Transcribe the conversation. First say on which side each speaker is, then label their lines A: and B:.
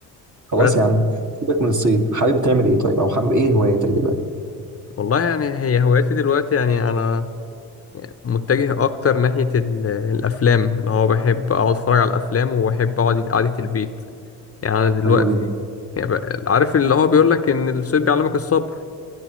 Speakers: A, on the right; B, on the left.
A: خلاص
B: بس
A: يا عم سيبك من الصيد حابب تعمل ايه طيب او حابب ايه هوايتك دلوقتي
B: والله يعني هي هوايتي دلوقتي يعني انا يعني متجه اكتر ناحية ال- الافلام اللي هو بحب اقعد اتفرج على الافلام وبحب اقعد قعدة البيت يعني انا دلوقتي
A: حلو جدا
B: يعني بقى- عارف اللي هو بيقول لك ان الصيد بيعلمك الصبر